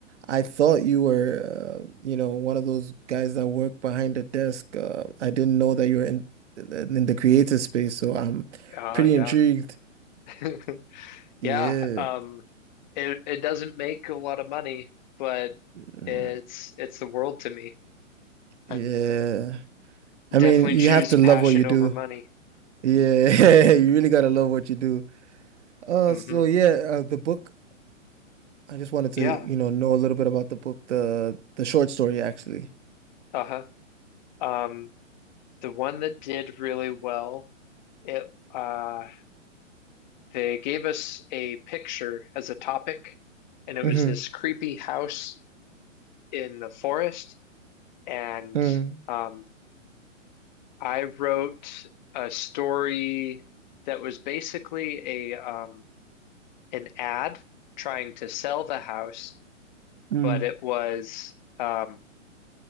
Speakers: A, on the right (about 65°); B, on the left (about 35°).
A: I thought you were, uh, you know, one of those guys that work behind the desk. Uh, I didn't know that you were in in the creative space, so I'm
B: Uh,
A: pretty
B: yeah.
A: intrigued.
B: <laughs>
A: Yeah.
B: Yeah, um, it it doesn't make a lot of money, but
A: Mm,
B: it's it's the world to me.
A: Yeah.
B: I
A: I
B: definitely
A: mean, you
B: choose
A: have to
B: passion
A: love what you do.
B: over money.
A: Yeah, <laughs> you really gotta love what you do. Uh,
B: <laughs>
A: so
B: hmm
A: yeah, uh, the book. I just wanted to,
B: Yeah.
A: you know, know a little bit about the book, the the short story actually.
B: Uh-huh. Um, the one that did really well, it uh they gave us a picture as a topic, and it was
A: Mm-hmm.
B: this creepy house in the forest. And
A: Mm.
B: um I wrote a story that was basically a um an ad trying to sell the house,
A: Mm,
B: but it was um,